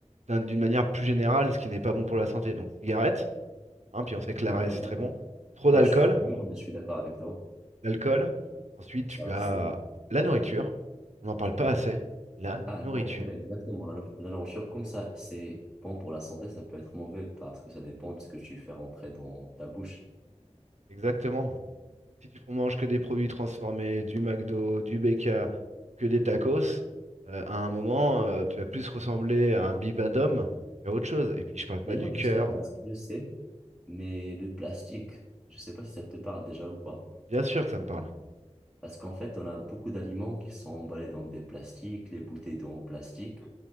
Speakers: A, on the right; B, in the centre.
A: d'un- d'une manière plus générale, ce qui n'est pas bon pour la santé, donc cigarette, hein, puis on sait que l'arrêt
B: Ah, on
A: c'est
B: est d'accord.
A: très bon.
B: Tu
A: Trop d'alcool,
B: vois, je suis fumeur, mais je suis d'accord avec toi.
A: l'alcool. Ensuite,
B: Ça
A: tu
B: aussi.
A: as la nourriture. On n'en parle pas assez. La
B: Ah
A: nourriture.
B: non, ouais, exactement. La, no- la nourriture comme ça, c'est bon pour la santé, ça peut être mauvais parce que ça dépend de ce que tu fais rentrer dans ta bouche.
A: Exactement. Si tu manges que des produits transformés, du McDo, du BK, que des tacos, euh, à un moment, euh, tu vas plus ressembler à un bibendum qu'à autre chose. Et puis, je parle pas
B: D'ailleurs,
A: du cœur.
B: je sais pas si tu le sais, mais le plastique, je sais pas si ça te parle déjà ou pas.
A: Bien sûr que ça me parle.
B: Parce qu'en fait, on a beaucoup d'aliments qui sont emballés dans des plastiques, les bouteilles d'eau en plastique.